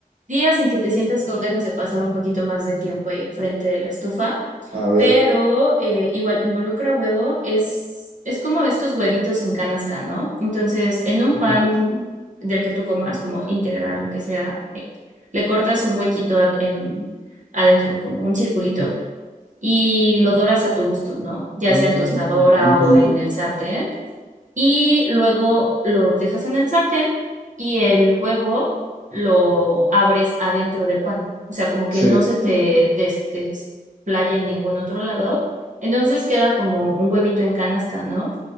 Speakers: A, on the right (about 55°); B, on the right (about 85°).
A: días en que te sientas con ganas de pasar un poquito más de tiempo ahí enfrente de la estufa?
B: A ver.
A: Pero eh, igual involucra huevo, es, es como estos huevitos en canasta, ¿no? Entonces, en un
B: Ujú.
A: pan del que tú comas, como integral, lo que sea, eh, le cortas un huequito ad- em, adentro, como un circulito, y lo doras a tu gusto, ¿no? Ya
B: Mm,
A: sea en tostadora
B: ujú.
A: o en el sartén y luego lo dejas en el sartén y el huevo lo abres adentro del pan. O sea, como que
B: Sí,
A: no se te des- desplaye en ningún otro lado. Entonces queda como un huevito en canasta, ¿no?